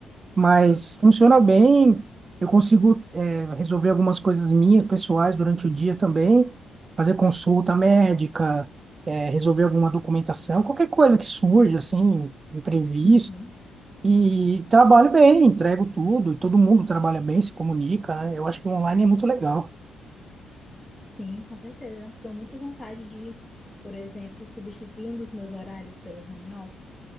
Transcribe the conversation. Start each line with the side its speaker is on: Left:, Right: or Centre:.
Right: mas funciona bem. Eu consigo, eh, resolver algumas coisas minhas, pessoais, durante o dia também, fazer consulta médica, eh, resolver alguma documentação, qualquer coisa que surja, assim, imprevisto.
Centre: Uhum,
Right: E trabalho bem, entrego tudo, e todo mundo trabalha bem, se comunica, né? Eu acho que o online é muito legal.
Centre: Sim, com certeza. Tenho muita vontade de, por exemplo, substituir um dos meus horários pelo home office,